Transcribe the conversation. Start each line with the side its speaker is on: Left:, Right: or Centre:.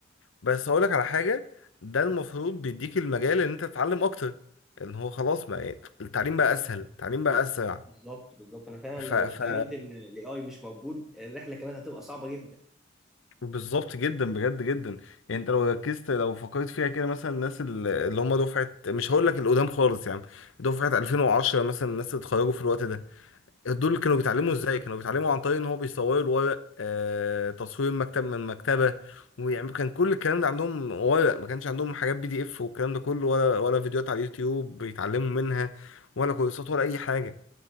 Left: بس هقولك على حاجة ده المفروض بيديك المجال ان انت تتعلم اكتر ان هو خلاص ما التعليم بقى اسهل التعليم بقى اسرع
Centre: بالظبط بالظبط انا فعلا
Left: ف...
Centre: لو
Left: ف...
Centre: تخيلت ان الاي اي مش موجود الرحله كانت هتبقى صعبه جدا
Left: بالظبط جدا بجد جدا يعني انت لو ركزت لو فكرت فيها كده مثلا الناس ال- اللي هم دفعه مش هقول لك القدام خالص يا عم دفعه 2010 مثلا الناس اللي اتخرجوا في الوقت ده دول كانوا بيتعلموا ازاي كانوا بيتعلموا عن طريق ان هو بيصوروا الورق آه تصوير مكتب من مكتبه ويعني كان كل الكلام ده عندهم ورق ما كانش عندهم حاجات بي دي اف والكلام ده كله ولا ولا فيديوهات على اليوتيوب بيتعلموا منها ولا كورسات ولا اي حاجه